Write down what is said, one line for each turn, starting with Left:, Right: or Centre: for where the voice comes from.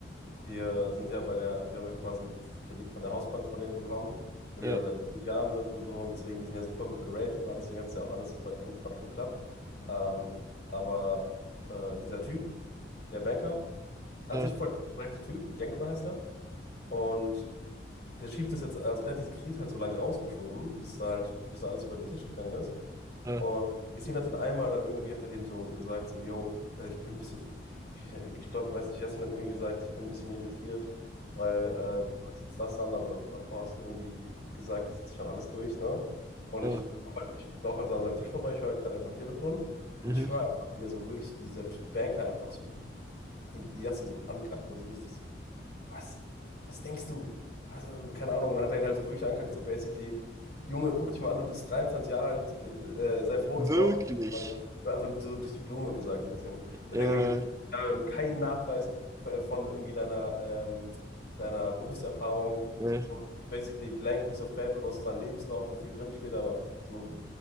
Left: Wir sind ja bei der, also wir haben ja quasi diesen Kredit von der Hausbank von denen bekommen, wo die
Right: ja,
Left: ja seit fünf Jahren sind und so und deswegen, die sind ja super gut geratet und alles, deswegen hat es ja auch alles super entspannt geklappt. Ähm, aber äh, dieser Typ, der Banker, an
Right: ja,
Left: sich voll der korrekte Typ, Jenkner heißt er, und der schiebt das jetzt, also der hat diesen Kredit halt so lange rausgeschoben, bis da halt, bis da alles über den Tisch gegangen ist.
Right: ja,
Left: Und Yassin hat dann einmal dann irgendwie, hat er dem so gesagt, so, yo, äh, ich bin ein bisschen, ich, ich glaube, weiß nicht, Yassin hat irgendwie gesagt, ich bin ein bisschen irritiert, weil äh, du fragst jetzt das an, aber dav- davor hast du irgendwie gesagt, das ist jetzt schon alles durch, ne? Und
Right: ja.
Left: ich laufe halt, ich lauf halt so an seinem Tisch vorbei, ich höre gerade erst am Telefon und
Right: Mhm.
Left: ich höre einfach wieder so wirklich, wie dieser Banker einfach so Yassin so ankackt, ne? So richtig so was? Was denkst du? Was, keine Ahnung. Und dann hat er ihn halt so wirklich angekackt, so basically, Junge, guck dich mal an, du bist 23 Jahre alt, äh, äh, sei froh, dass
Right: Wirklich?
Left: wir überhaupt nicht. Also, also so durch die Blume gesagt ein bisschen. Der
Right: Ja,
Left: hat irgendwie gesagt, ja, wir haben keinen Nachweis f- von irgendwie deiner, ähm, deiner Berufserfahrung.
Right: ja,
Left: So basically blank piece of paper, du hast zwar einen Lebenslauf, wo viel drinsteht, aber so,